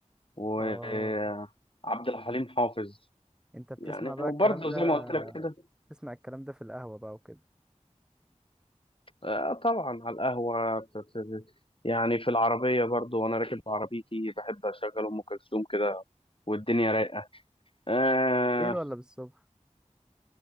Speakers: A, on the left (about 45°); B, in the centre.
A: وعبد
B: اه
A: الحليم حافظ
B: انت بتسمع
A: يعني
B: بقى
A: وبرضه
B: الكلام ده
A: زي ما قلت لك كده
B: بتسمع الكلام ده في القهوة بقى وكده
A: آه طبعا على القهوة بت- بت- يعني في العربية برضه وأنا راكب عربيتي بحب أشغل أم كلثوم كده والدنيا رايقة آه
B: بالليل ولا بالصبح